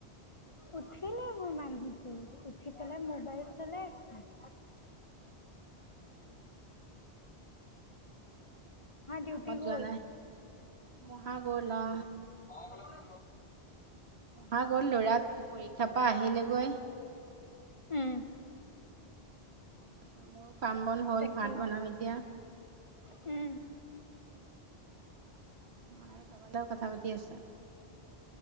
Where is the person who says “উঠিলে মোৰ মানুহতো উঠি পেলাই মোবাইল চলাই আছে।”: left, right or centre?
Left